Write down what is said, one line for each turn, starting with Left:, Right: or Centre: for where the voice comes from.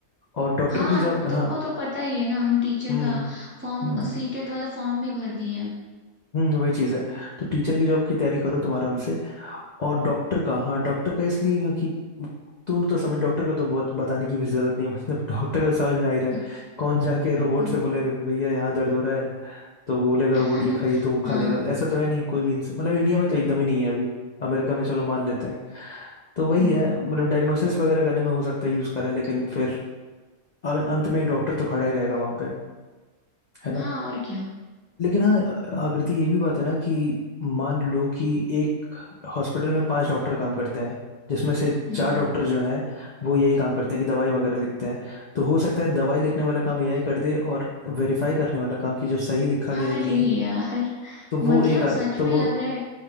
Left: और डॉक्टर
Right: हाँ
Left: की जॉब
Right: तुमको
Left: हाँ
Right: तो पता ही है ना हम टीचर
Left: हम्म
Right: का फॉर्म
Left: हम्म
Right: सीटेट वाला फॉर्म भी भर दिए हैं
Left: हम्म, वही चीज है तो टीचर की जॉब की तैयारी करो तुम आराम से और डॉक्टर का हाँ डॉक्टर का इसलिए क्योंकि तुम तो समझ डॉक्टर का तो बहुत बताने की भी जरूरत नहीं है। <laughs> मतलब डॉक्टर का समझ में आ ही रहा है
Right: हम्म,
Left: कौन जाके रोबोट
Right: हम्म।
Left: से बोलेगा कि भैया यहाँ दर्द हो रहा है तो वो बोलेगा
Right: <laughs>
Left: रोबोट ये खाइए तो वो
Right: हाँ
Left: खा लेगा ऐसा तो है नहीं कोई भी इंसान मतलब इंडिया में तो एकदम ही नहीं है अभी अमेरिका में चलो मान लेते हैं तो वही
Right: हम्म
Left: है मतलब डायग्नोसिस वगैरह करने में हो सकता है यूज करें लेकिन फिर अ- अंत में एक डॉक्टर तो खड़ा ही रहेगा वहां पे है
Right: हाँ और क्या
Left: लेकिन हाँ आकृति ये भी बात है ना कि मान लो कि एक हॉस्पिटल में पांच डॉक्टर काम करते हैं जिसमें से
Right: हम्म
Left: चार डॉक्टर जो हैं वो यही काम करते हैं कि दवाई वगैरह लिखते हैं तो हो सकता है दवाई लिखने वाला काम एआई कर दे और वेरीफाई करने वाला काम कि जो सही लिखा गया
Right: अरे
Left: है कि नहीं
Right: यार
Left: तो वो
Right: मतलब
Left: एक आ,
Right: सच
Left: तो
Right: में
Left: वो
Right: लग रहा है